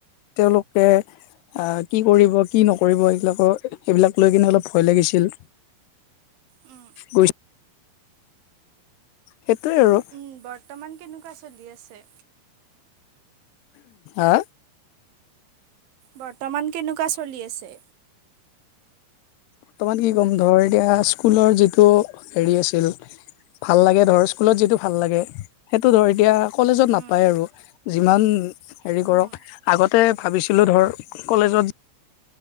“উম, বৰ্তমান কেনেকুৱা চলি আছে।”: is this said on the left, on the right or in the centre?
Right